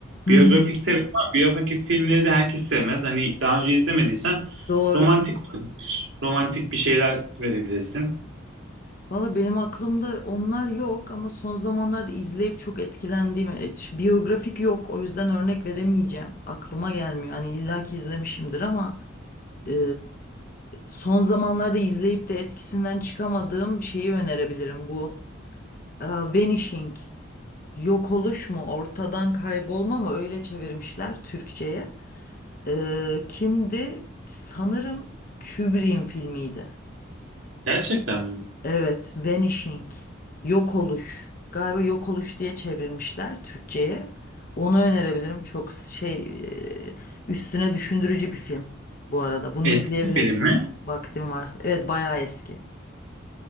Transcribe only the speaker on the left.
Hı
hı.
Doğru.
Valla benim aklımda onlar yok ama son zamanlarda izleyip çok etkilendiğim e, ş- biyografik yok o yüzden örnek veremeyeceğim. Aklıma gelmiyor. Hani illaki izlemişimdir ama e, son zamanlarda izleyip de etkisinden çıkamadığım şeyi önerebilirim. Bu e, Vanishing, yok oluş mu, ortadan kaybolma mı öyle çevirmişler Türkçe'ye. E, kimdi? Sanırım Kubrick'in filmiydi.
Evet, vanishing, yok oluş. Galiba yok oluş diye çevirmişler Türkçe'ye. Onu önerebilirim. Çok şey e, üstüne düşündürücü bir film bu arada. Bunu
izleyebilirsin
vaktin varsa. Evet, bayağı eski.